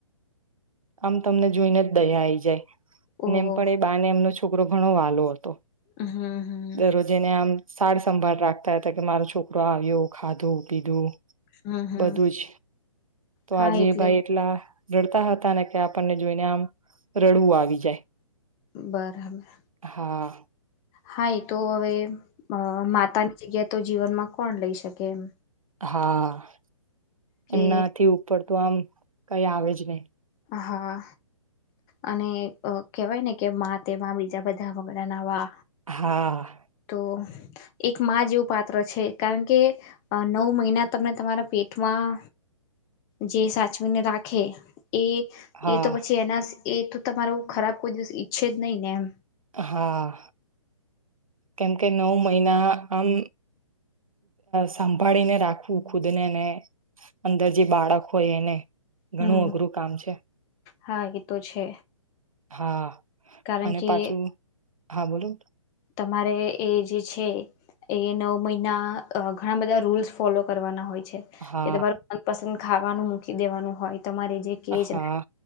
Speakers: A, on the right (about 85°); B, on the left (about 20°).
A: આમ તમને જોઈને જ દયા આઈ જાય.
B: ઓહ
A: અને એમ પણ એ બાને એમનો છોકરો ઘણો વાલો હતો.
B: હમ હમ.
A: દરરોજ એને આમ સાર સંંભાળ રાખતા હતા કે મારો છોકરો આવ્યો ખાધું પીધું.
B: હમ હમ
A: બધું જ તો
B: હા
A: આજે
B: એટલે
A: ભાઈ એટલા રડતા હતા ને કે આપણને જોઈને આમ રડવું આવી જાય.
B: બરાબર.
A: હા
B: હા એ તો અવે અ માતા ની. જગ્યા તો જીવનમાં કોણ લઈ શકે એમ.
A: હા.
B: કે
A: એમનાથી ઉપર તો આમ કઈ આવે જ નહી.
B: હા અને કેહેવાય ને કે તેમાં બીજા બધા વગડા ના વા
A: હા.
B: તો એક માં જેવું પાત્ર છે કારણ કે નવ મહિના તમને તમારા પેટમાં જે સાચવીને રાખે. એ
A: હા
B: એ તો પછી એના એ તો તમારો ખરાબ કોઈ દિવસ ઈચ્છે જ નહીં ને એમ.
A: હા. કેમ કે નવ મહિના. આમ સંંભાળીને રાખવું ખુદ ને ને અંદર જે બાળક હોય એને. ઘણું
B: હમ
A: અઘરું કામ છે.
B: હા એ તો છે.
A: હા.
B: કારણ
A: અને
B: કે
A: પાછું હા બોલો.
B: તમારે એ જે છે એ નવ મહિના ઘણા બધા રૂલ્સ ફોલો કરવાના હોય.
A: હા
B: પસંદ. ખાવાનું મૂકી દેવાનું હોય. તમારે જે કે છે.
A: હા